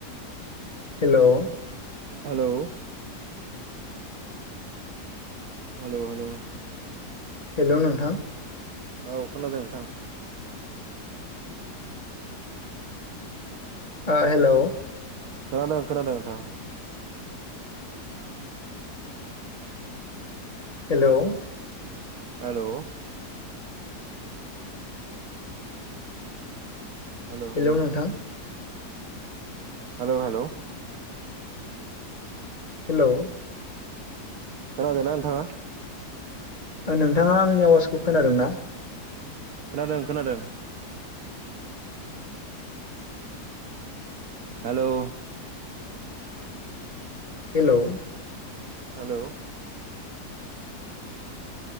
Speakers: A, on the left; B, on the right.
A: हेल'
B: हेलौ हेल' हेल'
A: हेल' नोंथां
B: औ खोनादों नोंथां
A: हेल'
B: खोनादों खोनादों नोंथां
A: हेल'
B: हेल' हेल'
A: हेलौ
B: हेल'
A: नोंथां
B: हेल' हेल'
A: हेल'
B: खोनादों ना नोंथाङा
A: नोंथाङा आंनि आवाजखौ खोनादों ना
B: खोनादों खोनादों हेलौ
A: हेल'
B: हेलौ